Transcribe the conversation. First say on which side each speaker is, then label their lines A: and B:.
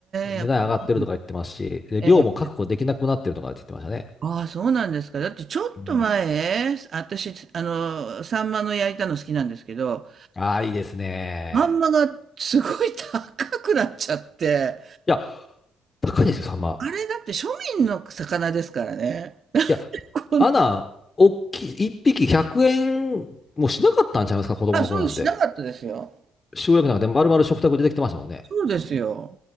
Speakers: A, on the right; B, on the left.
A: え、
B: 値段上がってるとか言ってますし、
A: やっぱりいいんだ。
B: で、
A: ええ。
B: 量も確保できなくなってるとかって言ってましたね。
A: ああ、そうなんですか。だってちょっと前、
B: うん。
A: 私、あの、サンマの焼いたの好きなんですけど、
B: ああ、いいですね。
A: サンマがすごい高くなっちゃって、
B: いや、高いですよ、サンマ。
A: あれだって庶民の魚ですからね。<laughs>
B: いや、
A: こんな、
B: アナ、おっきい、一匹100円もしなかったんちゃいますか、子供の頃なんで。
A: あ、そうしなかったですよ。
B: 塩焼きなんかで丸々食卓で出てきてましたもんね。
A: そうですよ。